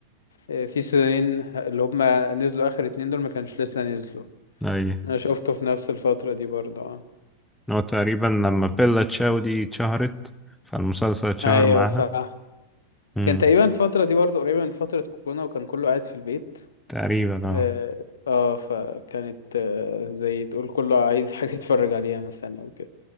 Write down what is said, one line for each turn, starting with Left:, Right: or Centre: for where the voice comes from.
Left: آه، في سيزونين اللي هما نزلوا اخر اتنين دول ما كانش لسه نزلوا
Centre: اي
Left: انا شفته في نفس الفتره دي برضو اه
Centre: هو تقريبا لما بيلا تشاو دي اتشهرت فالمسلسل اتشهر
Left: ايوه
Centre: معاها
Left: صح
Centre: امم
Left: كان تقريبا الفتره دي برضو قريبه من فتره كورونا وكان كله قاعد في البيت
Centre: تقريبا اه
Left: اه آه، فكانت آه، زي تقول كله عايز <laughs> حاجة يتفرج عليها مثلا او كده